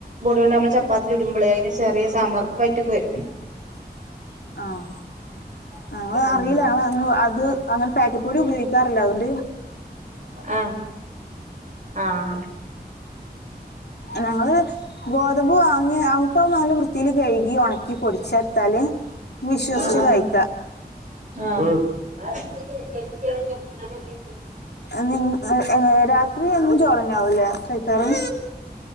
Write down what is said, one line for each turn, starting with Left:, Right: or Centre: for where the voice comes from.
Right: പൊടിയോണ്ട് നമ്മൾ ചപ്പാത്തി ചുടുമ്പളെ അയ്ന് ചെറിയ ചമർപ്പായിട്ട് പോയ്
Left: <inaudible> ആഹ് അങ്ങ്ളറിയില്ല
Right: ഉം
Left: ആള ങ്ങള് അത് അങ്ങന പാക്കറ്റ് പൊടി ഉപയോഗിക്കാറില്ല അതൊ
Right: അഹ് ആഹ്
Left: ഞങ്ങള് ഗോതമ്പ് വാങ്ങി അമുക്കാവു നല്ല വൃത്തിൽ കഴുകി ഒണ ക്കി പൊടിച്ചെടുത്താല് വിശ്വസിച്ച്
Right: ആഹ്
Left: കഴിക്ക
Right: ആഹ് <unintelligible>
Left: അ നിങ്ങ് എഏ രാത്രി എന്നും ചോറന്നാവൂല്ലേ കഴിക്കാറ്